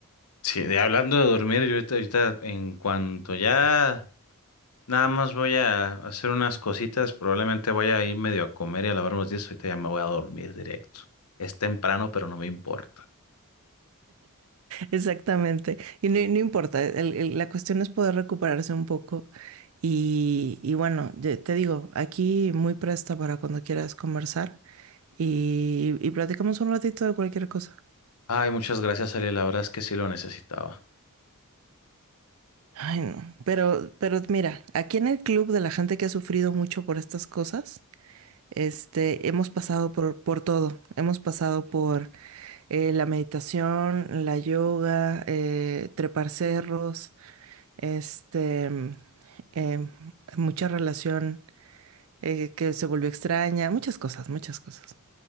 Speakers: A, on the left (about 85°); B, on the right (about 65°).
A: Sí, de hablando de dormir, yo ahorita, ahorita en cuanto ya nada más voy a hacer unas cositas, probablemente vaya a ir medio a comer y a lavar unos dientes, ahorita ya me voy a dormir directo. Es temprano, pero no me importa.
B: Exactamente. Y no, no importa, el- el- la cuestión es poder recuperarse un poco. Y, y bueno, de- te digo, aquí muy presta para cuando quieras conversar y, y platicamos un ratito de cualquier cosa.
A: Ay, muchas gracias, Ariel, la verdad es que sí lo necesitaba.
B: Ay, no. Pero, pero mira, aquí en el club de la gente que ha sufrido mucho por estas cosas, este, hemos pasado por, por todo. Hemos pasado por eh, la meditación, la yoga, eh, trepar cerros, este, mm, eh, mucha relación eh, que se volvió extraña, muchas cosas, muchas cosas.